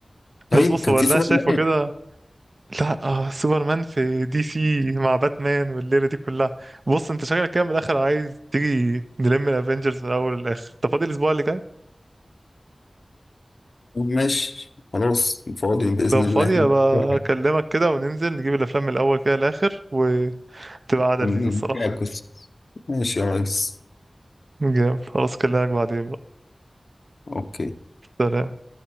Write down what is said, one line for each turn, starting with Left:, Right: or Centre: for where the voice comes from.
Left: طيب
Right: بص بص
Left: كان
Right: هو
Left: في
Right: اللي
Left: سوبر
Right: انا شايفه
Left: مان
Right: كده لا آه سوبرمان في دي سي مع باتمان والليلة دي كلها بص انت شكلك كده من الآخر عايز تيجي نلم الافينجرز من الأول للآخر انت فاضي الأسبوع اللي جاي؟
Left: ماشي خلاص فاضي بإذن
Right: لو فاضي
Left: الله
Right: أبقى
Left: نرجع
Right: أكلمك كده وننزل نجيب الأفلام من الأول كده للآخر وتبقى قعدة
Left: نرجع
Right: لذيذة الصراحة
Left: القصة ماشي يا ريس
Right: جامد خلاص أكلمك بعدين بقى
Left: اوكي
Right: سلام.